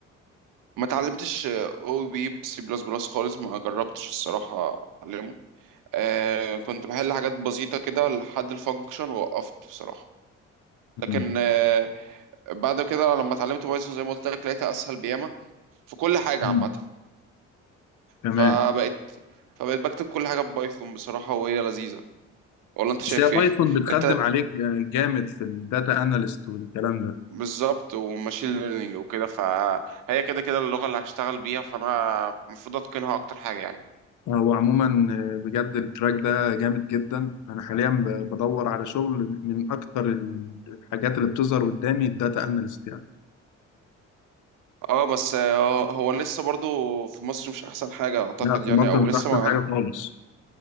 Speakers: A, on the right (about 60°); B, on the left (about 55°).
A: ما اتعلمتش آه، او بي بسي بلس بلس خالص ما جربتش الصراحة اتعلمه آه كنت بحل حاجات بسيطة كده لحد الفانكشن ووقفت بصراحة لكن
B: مم.
A: آه بعد كده لما اتعلمت بايثون زي ما قلت لك لقيتها اسهل بياما في كل حاجة
B: مم.
A: عامة
B: تمام
A: فبقيت فبقيت بكتب كل حاجة ببايثون بصراحة وهي لذيذة ولا انت شايف
B: بس هي بايثون
A: ايه <laughs>
B: بتخدم
A: انت
B: عليك جامد في الداتا اناليست والكلام ده
A: بالظبط وماشين ليرنينج وكده فهي كده كده اللغة اللي هشتغل بيها فانا المفروض اتقنها اكتر حاجة يعني
B: هو عموما بجد التراك ده جامد جدا انا حاليا ب- بدور على شغل من اكتر الحاجات اللي بتظهر قدامي الداتا اناليست يعني
A: اه بس آه هو لسه برضو في مصر مش احسن حاجة اعتقد
B: لا في
A: يعني
B: مصر
A: او
B: مش
A: لسه
B: احسن
A: ما عن...
B: حاجة خالص